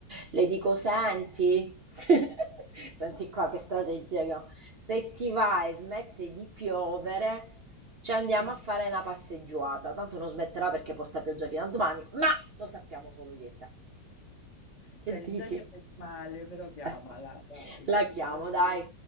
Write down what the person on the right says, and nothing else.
Le dico, senti, <laughs> senti qua che strategia che ho. Se ti va e smette di piovere, ci andiamo
a fare una passeggiata. Tanto non smetterà perché porta pioggia fino a domani, ma lo sappiamo solo io e te. Che
dici?
Ecco,
la
chiamo,
dai.